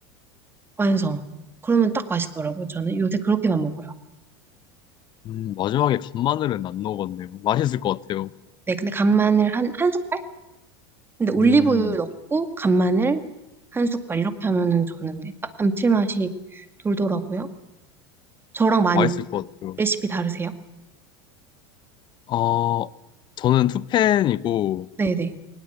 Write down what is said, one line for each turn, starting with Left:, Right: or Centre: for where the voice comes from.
Right: 완성. 그러면 딱 맛있더라고요. 저는 요새 그렇게만 먹어요.
Left: 음, 마지막에 간마늘은 안 넣어봤네요. 맛있을 것 같아요.
Right: 네, 근데 간마늘 한, 한 숟갈? 근데 올리브유
Left: 음,
Right: 넣고, 간마늘 한 숟갈. 이렇게 하면은 저는 네, 딱 감칠맛이 돌더라고요. 저랑 많이
Left: 맛있을 것 같아요.
Right: 레시피 다르세요?
Left: 어, 저는 투펜이고,
Right: 네네. 네.